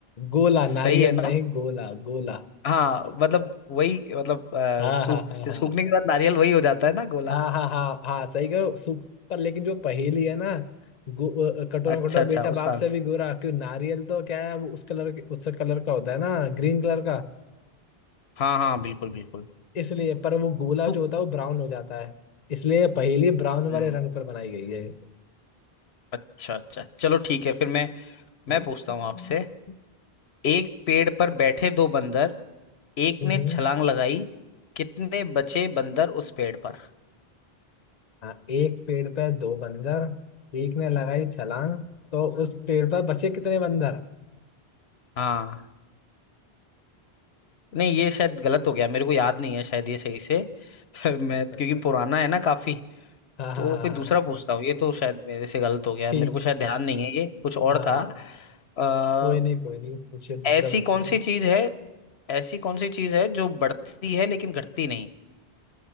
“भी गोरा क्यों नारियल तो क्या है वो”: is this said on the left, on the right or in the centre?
Left